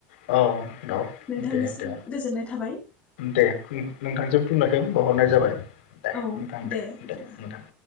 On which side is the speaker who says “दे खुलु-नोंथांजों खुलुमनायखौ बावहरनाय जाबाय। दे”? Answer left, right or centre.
Left